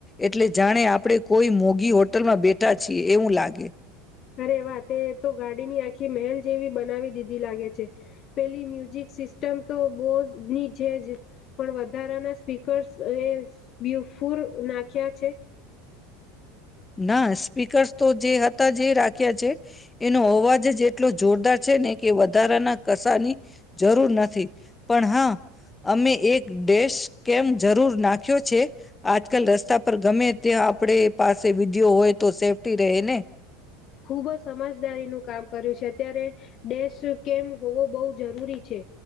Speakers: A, on the left (about 15°); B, on the left (about 50°).
A: એટલે જાણે આપણે કોઈ મોગી હોટલમાં બેઠા છીએ એવું લાગે.
B: અરે વા તે તો ગાડીની આખી મહેલ જેવી બનાવી દીધી લાગે છે પેલી મ્યુઝિક સિસ્ટમ તો બોઝની છે જ પણ વધારાના સ્પીકર્સ એ બ્યુફુર નાખ્યા છે.
A: ના સ્પીકર્સ તો જે હતા જે રાખ્યા છે એનો અવાજ જ એટલો જોરદાર છે ને કે વધારાના કસાની જરૂર નથી પણ હા અમે એક ડેશ કેમ જરૂર નાખ્યો છે આજકાલ રસ્તા પર ગમે ત્યાં આપણે પા વિધિયો હોય તો સેફ્ટી રહે ને.
B: ખુબ જ સમજદારીનું કામ કર્યું છે અત્યારે ડેશ કેમ હોવો બહુ જરૂરી છે